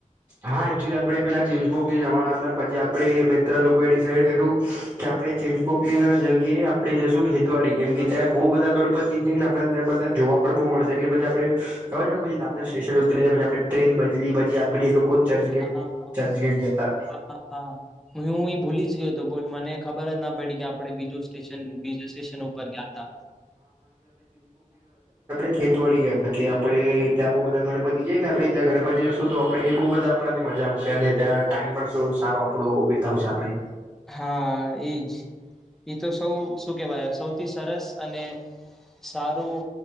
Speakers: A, on the right; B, in the centre.
A: હા એકચુલી આપડે પેલા ચિમસબુક જવાના હતા પછી આપડે મિત્ર લોકોએ ડિસઇડ કર્યું. કે આપણે ચેંજપોકલી ના જગ્યાએ આપણેે જશું ખેતવાડી કેમ કે ત્યાં બહુ બધા <inaudible> <inaudible> જોવા પણ બઉ મળશે એટલે પછી આપડે આપણે પછી દાદર સ્ટેશન ઉતરીને પછી આપણે ટ્રેન બદલી પછી આપડે લોકો ચર્ચ ગેટ
B: હા
A: ચર્ચ ગેટ ગયા હતા.
B: હા હું ઈ ભૂલી જ ગયો હતો બોલ મને ખબર જ ના પડી કે આપડે બીજું સ્ટેશન બીજા સ્ટેશન ઉપર ગયા તા
A: ખેત વડી ગયા હતા કે આપડે ત્યાં બઉ બધા ગણપતિ છે કે આપડે ત્યાં ગણપતિ ને શું તો આપણે એ બહુ બધા આપણા થી મજા આવશે અને ત્યાં ટાઈમ પણ સારો આપણો વીતાવશે આપણે
B: હા ઈજ ઈતો સૌ શું કેવાય સૌથી સરસ અને સારું